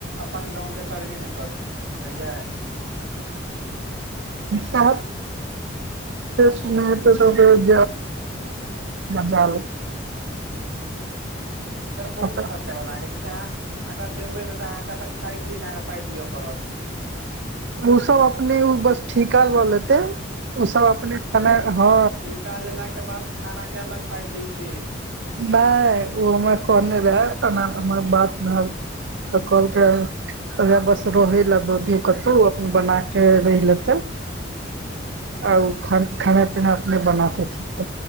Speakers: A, on the right (about 85°); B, on the right (about 60°).
A: अपन गाँं के करबे नहि करू बुझलियै
B: त सुने ेग जाल
A: तर
B: लेतै,
A: बहुत खर्चा होत अहाँ के जते अहाँ एकरा देबे ने रहते अहाँके खााय पियए केहाँके पााय दिअ पड़त
B: ओ सब अपने ओ बस ठीका लेतै ओ सब अपने ख हँ
A: का लेला के बाद खाना के अलग पाइ दय छै
B: नहि ओ हमरा कहने रहे <unintelligible> बात नहि तऽ कोल के <unintelligible> ओह बस रहे लए दो दू कतहु ओ अपन बना के रहि लेतै
A: हू
B: आ ओ खाना पीना अपने बना के खेते